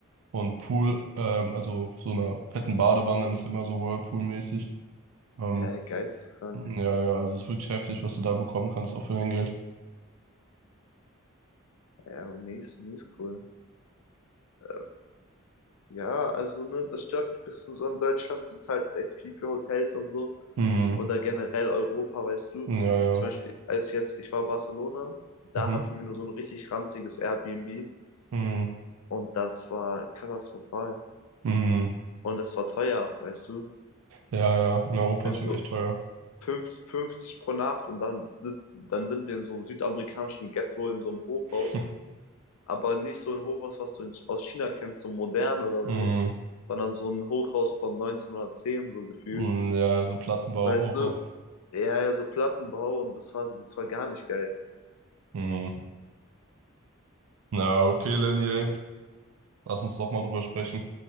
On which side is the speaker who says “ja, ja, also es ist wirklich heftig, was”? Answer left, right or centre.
Right